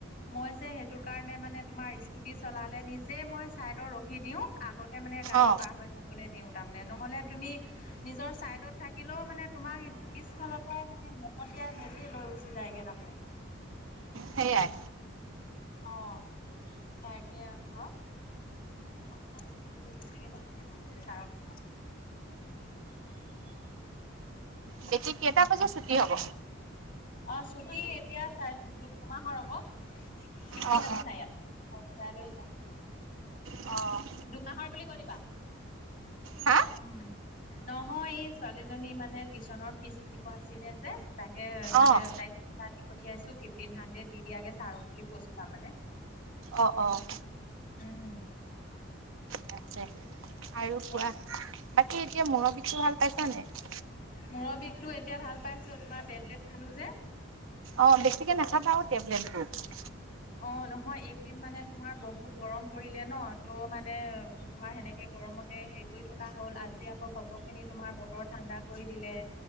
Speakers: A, on the left; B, on the right.
A: মই যে সেইটো কাৰণে মানে তোমাৰ স্কুটি চলালে, নিজে মই চাইডত ৰখি দিওঁ আগতে মানে গাড়ী
B: অ
A: পাৰ হৈ যাবলৈ দিওঁ তাৰমানে নহ'লে তুমি নিজৰ চাইডত থাকিলেও মানে তোমাক পিছফালৰ পৰাই মানে মহতিয়াই মেলি লৈ গুচি যায়গে তাৰমানে
B: সেইয়াই।
A: অ' তাকে আকৌ। কথা <unintelligible> ছাৰক <inaudible>
B: বেটী কেইটা বজাত ছুটি হ'ব?
A: অ' ছুটি এতিয়া চাৰে দুট দুমাহৰ আক' ফিফটিন
B: অ',
A: আছে নাই ইয়াত? <unintelligible> আহিবা।
B: অ'
A: দুমাহৰ বুলি কৈ দিবা
B: হা?
A: উম'। নহয় এই, ছোৱালী জনী মানে টিউশচনৰ ফিজ দিব আছিলে যে, তাকে মানে,
B: অ',
A: তাইক পইচা দি পঠিয়াইছোঁ, ফিফটিন হানড্ৰেড দি দিয়াগে ছাৰক বুলি কৈছোঁ তাৰমানে।
B: অ', অ'
A: উম'
B: তাকে, আৰু কোৱা
A: অ'
B: বাকী এতিয়া মূৰৰ বিষটো ভাল পাইছানে নাই?
A: মূৰৰ বিষটো এতিয়া ভাল পাইছোঁ, তোমাৰ টেবলেট খালোঁ যে।
B: অ', বেছিকে নাখাবা আৰু টেবলেটবোৰ।
A: অ', নহয় এইকেইদিন মানে তোমাৰ বহুত গৰম পৰিলে ন ত' মানে তোমাৰ সেনেকে গৰমতে হেৰি কৰি থকা হ'ল। আজি আকৌ ঘপকে খিনি তোমাৰ বতৰ ঠাণ্ডা কৰি দিলে।